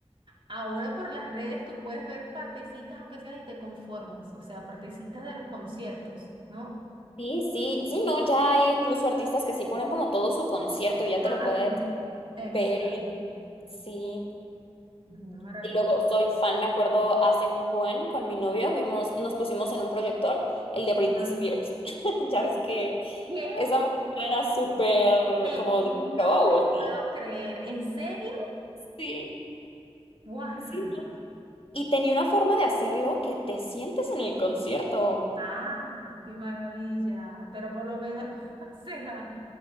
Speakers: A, on the right; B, on the left.
A: Ahora por las redes tú puedes ver partecitas, aunque sea, y te conformas, o sea, partecitas de los conciertos, ¿no?
B: Sí, sí, sí, no, ya hay incluso artistas que sí ponen como todo su concierto y ya te
A: Ah,
B: lo puedes
A: y- exacto,
B: ver en... Sí.
A: una maravilla.
B: Y luego soy fan, me acuerdo hace un buen con mi novio, vimos, nos pusimos en un proyector el de Britney
A: Ah.
B: Spears. <laughs> Ya ves que
A: ¿Qué?
B: esa mujer era súper
A: Eh,
B: como
A: no
B: de show,
A: te
B: o
A: puedo
B: sea,
A: creer, ¿en serio?
B: sí,
A: ¡Wow!
B: sí, ¿no? Y tenía una forma de hacerlo que te sientes en el concierto.
A: Ah, qué maravilla. Pero por lo menos, <laughs> o sea,